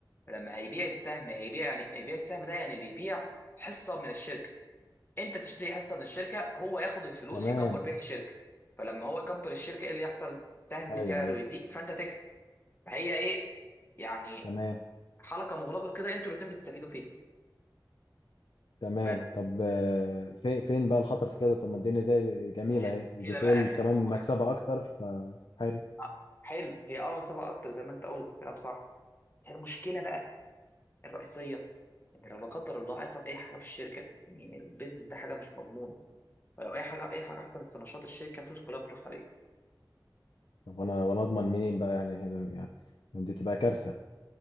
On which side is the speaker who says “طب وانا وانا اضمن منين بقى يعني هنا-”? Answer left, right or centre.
Left